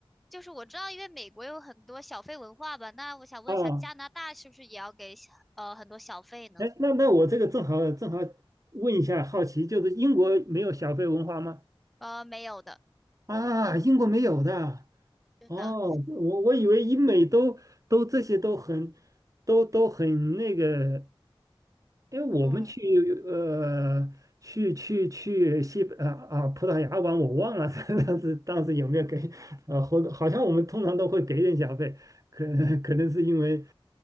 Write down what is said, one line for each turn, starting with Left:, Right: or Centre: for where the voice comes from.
Centre: 就是我知道，因为美国有很多小费文化吧，那我想问一下，
Right: 哦，
Centre: 加拿大是不是也要给小呃很多小费呢？
Right: 哎，那那我这个正好正好问一下，好奇就是英国没有小费文化吗？
Centre: 呃，没有的
Right: 啊，英国没有的。
Centre: 的。
Right: 哦，我我以为英美都都这些都很都都很那个，因为我们去呃去去去西啊啊葡萄牙玩，
Centre: 嗯，
Right: 我忘了 <laughs> 当时当时有没有给呃，好好像我们通常都会给点小费，可可能是因为